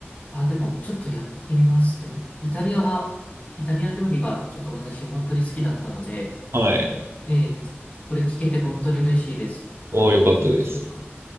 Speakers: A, on the left; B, on the right.
A: あ、でも、ちょっとやってみます。でも、イタリアが、イタリアン料理がちょっと私本当に好きだったので、
B: うん。はい。
A: ええ、これ聞けて本当に嬉しいです。
B: おー、よかったです。
A: ただ、そうか。